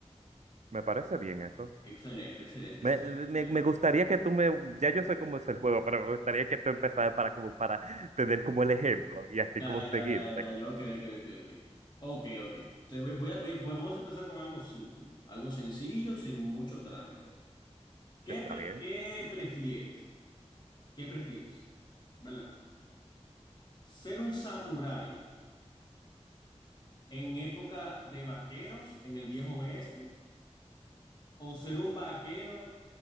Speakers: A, on the right (about 85°); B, on the left (about 40°).
A: Me parece bien eso.
B: Excelente, excelente,
A: Me,
B: excelente,
A: me-
B: excelente.
A: me gustaría que tú me, ya yo sé cómo es el juego, pero me gustaría que tú empezaras para como para tener como el ejemplo y así
B: Ya,
A: como
B: ya,
A: seguirte.
B: ya, ya, ya, ok, ok, ok, ok. Ok, ok. Te voy, voy a pedir- pues vamos a empezar con algo simple, algo sencillo, sin mucho trámite. ¿Qué,
A: ¿Está
B: pre-
A: bien?
B: qué prefieres? ¿Qué prefieres? ¿Verdad? ¿Ser un samurái en época de vaqueros en el viejo oeste o ser un vaquero